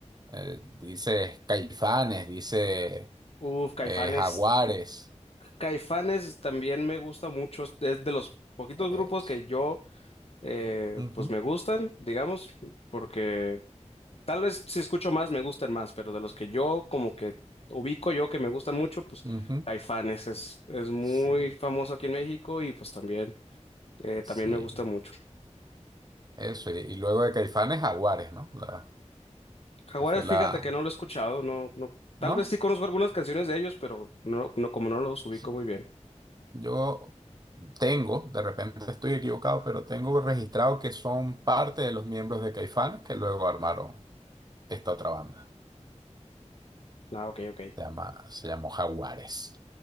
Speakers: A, on the right (about 35°); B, on the left (about 55°).
A: Eh, dices Caifanes, dice
B: Uf, Caifanes.
A: eh, Jaguares.
B: Caifanes también me gusta mucho. Es de los poquitos
A: eso.
B: grupos que yo, eh,
A: Ujú,
B: pues me gustan, digamos, porque tal vez si escucho más me gustan más, pero de los que yo como que ubico yo que me gustan mucho, pues
A: ujú.
B: Caifanes es, es muy
A: Sí,
B: famoso aquí en México y pues también, eh,
A: sí,
B: también me gusta mucho.
A: eso. Y, y luego de Caifanes, Jaguares, ¿no? La,
B: Jaguares,
A: que fue la...
B: fíjate que no lo he escuchado, no, no, tal
A: ¿No?
B: vez sí conozco algunas canciones de ellos, pero no, no, como no los ubico
A: Sí.
B: muy bien.
A: Yo tengo, de repente estoy equivocado, pero tengo registrado que son parte de los miembros de Caifanes que luego armaron esta otra banda.
B: Ah, ok, ok.
A: Se llama, se llamó Jaguares.